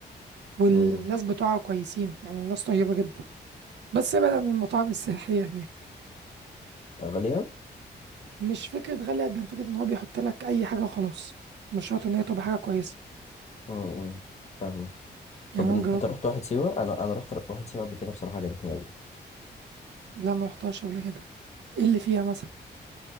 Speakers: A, on the right; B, on the left.
A: والناس
B: مم.
A: بتوعها كويسين يعني الناس طيبة جدا بس ابعد عن المطاعم السياحية هناك
B: غاليه
A: مش فكرة غالية قد ما فكرة إن هو بيحط لك أي حاجة وخلاص مش شرط إن هي تبقى حاجة كويسة
B: مم. مم. فاهم طب
A: يعني أنا
B: انت
A: جربت
B: أنت رحت واحد سيوه انا انا رحت واحد سيوه قبل كده بصراحه عجبتني قوي
A: لا ما رحتهاش قبل كده إيه اللي فيها مثلا